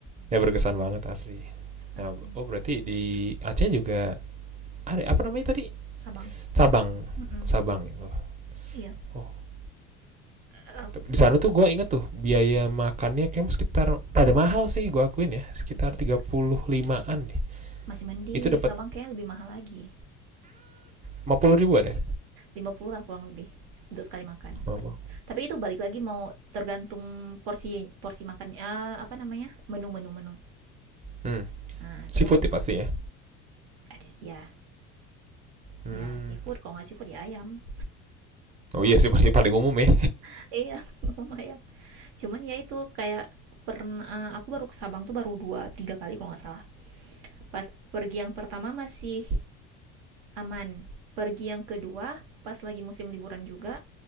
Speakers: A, on the right; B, on the right.
A: ya berkesan banget asli
B: asli
A: nah oh berarti di Aceh juga ada apa namanya tadi
B: Sabang.
A: Sabang
B: Mm-mm,
A: Sabang oh,
B: Iya,
A: oh.
B: Eh,
A: di sana tuh gue inget tuh biaya makannya kayak sekitar rada mahal sih gue akuin ya sekitar
B: iya iya.
A: 35an deh
B: Masih mending
A: itu dapat
B: Sabang kayaknya lebih mahal lagi,
A: lima puluh ribu ada ya?
B: 50 lah kurang lebih untuk sekali makan.
A: 50.
B: Tapi itu balik lagi mau tergantung porsi porsi makan eh, apa namanya? menu-menu menu. menu.
A: hmm
B: Nah,
A: seafood
B: tergantung
A: ya pasti ya
B: ada ya,
A: hmm
B: ya seafood kalau nggak seafood ya ayam.
A: oh iya sih paling paling umum ya
B: <laughs> Iya, minum ayam. Cuman ya itu kayak pernah eh, aku baru ke Sabang tuh baru dua tiga kali kalau nggak salah. Pas pergi yang pertama masih aman. Pergi yang kedua pas lagi musim liburan juga